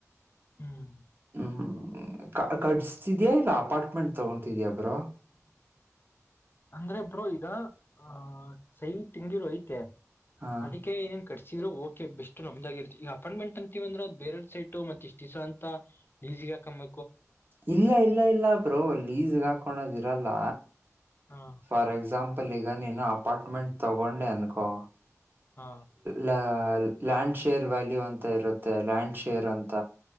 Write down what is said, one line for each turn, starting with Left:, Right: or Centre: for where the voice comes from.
Left: ಹ್ಮ್
Right: ಹ್ಮ್ ಹ್ಮ್ ಕಡಿಸ್ತಿದ್ಯಾ ಇಲ್ಲ ಅಪಾರ್ಟ್ಮೆಂಟ್ ತಗೊತಿದ್ಯಾ ಬ್ರೋ <unintelligible>
Left: ಅಂದ್ರೆ ಬ್ರೋ ಈಗ ಆಹ ಸಹಿ ತೆಂಗಿರು ಐತೆ
Right: ಹಾ
Left: ಅದಕ್ಕೆ ಏನ್ ಕಟ್ತ ಓಕೆ ಬೆಸ್ಟ್ ನಮ್ದಾಗಿರ್ತಿ ಈಗ ಅಪಾಯಂ್ಮೆಂಟ್ ಅಂತೀವಂದ್ರೆ ಅ ಬೇರೆ ಸೈಟ್ ಮತ್ತೆ ಇಷ್ಟ ದಸ ಅಂತ ಲಿ ಕಮ್ಮ
Right: ಇಲ್ಲ ಇಲ್ಲ ಇಲ್ಲ ಬ್ರೋ ಲೀಸ್ಗೆ ಹಾಕಳದಿ ಇರಲ್ಲ
Left: ಹಾ
Right: ಫಾರ್ ಎಕ್ಸಾಂ ಎಕ್ಸಾಂಪಲ್ ಈಗ ನೀನು ಅಪಾರ್ಟ್ಮೆಂಟ್ ತಗೊಂಡೆ ಅನ್ಕೊ
Left: ಹಾ
Right: ಲ ಲ್ಯಾಂಡ್ ಶೇರ್ ವ್ಯಾಲ್ಯೂ ಅಂತ ಇರುತ್ತೆ ಲ್ಯಾಂಡ್ ಶೇರ್ ಅಂತ